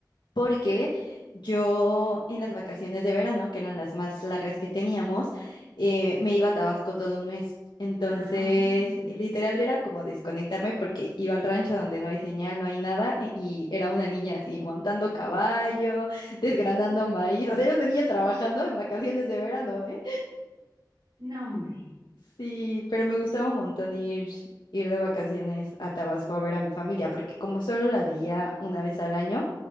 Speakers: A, on the left; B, on the right.
A: porque yo en las vacaciones de verano, que eran las más largas que teníamos, eh, me iba a Tabasco todo un mes. Entonces,
B: Ah,
A: literal era como desconectarme porque iba al rancho donde no hay señal, no hay nada, e- y era una niña así montando caballo, <laughs> desgranando maíz, o sea, era una niña trabajando en vacaciones de verano, ¿eh?
B: no, hombre.
A: Sí, pero me gustaba un montón ir, ir de vacaciones a Tabasco a ver a mi familia, porque como solo la veía una vez al año,